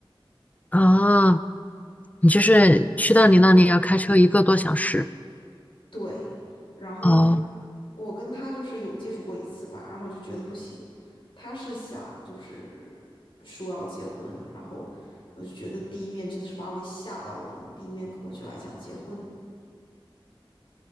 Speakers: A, on the left; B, on the left.
A: 啊，你就是去到你那里要开车一个多小时。
B: 对，然后他，
A: 哦，
B: 我跟他就是有接触过一次吧，然后就觉得不行，他是想就是说要结婚，然后我就觉得第一面真的是把我给吓到了，你第一面跟我就来讲结婚，